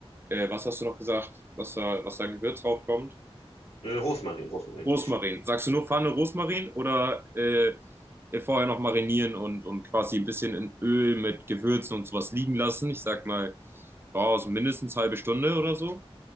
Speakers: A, on the right (about 20°); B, on the left (about 75°).
A: äh, was hast du noch gesagt, was da, was da ein Gewürz draufkommt?
B: Äh, Rosmarin, Rosmarin.
A: Rosmarin. Sagst du nur Pfanne Rosmarin oder äh, vorher noch marinieren und, und quasi ein bisschen in Öl mit Gewürzen und sowas liegen lassen? Ich sag mal, oh, so mindestens eine halbe Stunde oder so.